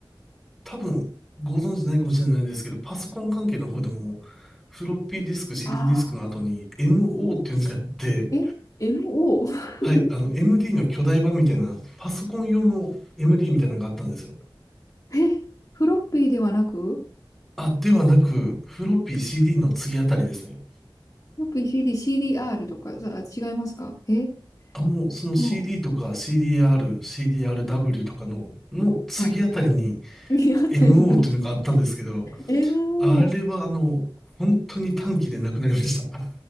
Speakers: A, in the centre; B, on the left.
A: 多分ご存知ないかもしれないんですけど、パソコン関係の方でも、フロッピーディスク、CD
B: ああ。
A: ディーディスクの後に MO っていうのがあって、
B: え ?MO? <laughs>
A: はい、あの MD の巨大版みたいな、パソコン用の MD みたいなのがあったんですよ。
B: えフロッピーではなく
A: あ、ではなく、フロッピー CD の次あたりですね。
B: ピー c d CDR とか、さ、違いますかえ
A: あ、もうその CD
B: もう、
A: とか CDR、CDRW とかの、の次あたりに
B: はい。次あたりの
A: MO っていうのがあったんですけど、
B: MO、
A: あれはあの、本当に短期でなくなりました。